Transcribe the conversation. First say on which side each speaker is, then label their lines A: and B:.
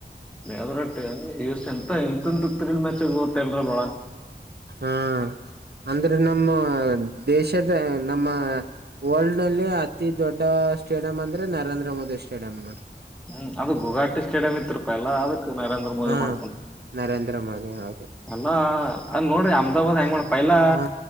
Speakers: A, in the centre; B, on the right.
A: ಅದ್ರಷ್ಟ ಎಂತ ಎಂತಂತ ತ್ರೀಲ್ ಮ್ಯಾಚ ಓದತೇರಲ್ ಒಳ <unintelligible> ನೋಡಂ
B: ಹ್ಮ್, ಅಂದ್ರೆ ನಮ್ಮ ದೇಶದ ನಮ್ಮ ವರ್ಲ್ಡ್ ನಲ್ಲಿ ಅತಿ ದೊಡ್ಡ ಸ್ಟೇಡಿಯಂ ಅಂದ್ರೆ ನರೇಂದ್ರ ಮೋದಿ ಸ್ಟೇಡಿಯಂ ನೋಡ್ರಿ.
A: ಹ್ಮ್, ಅದು ಗುಘಾಟಿ ಸ್ಟೇಡಿಯಂ ಇತ್ರ್ಪಾ ಎಲ್ಲ ಅದಕ್ ನೇಂದ್ರ ಮೋದಿ
B: ಹಾ
A: ಮಾಡ್ಕೊಂಡು.
B: ನರೇಂದ್ರ ಮೋದಿ ಹೌದು.
A: ಅಲ್ಲಾ ಅಲ್ ನೋಡ್ರಿ ಅಹಮದಾಬಾದ್ ಹೆಂಗ ಮಾಡ ಪೈಲಾ
B: ಹಾ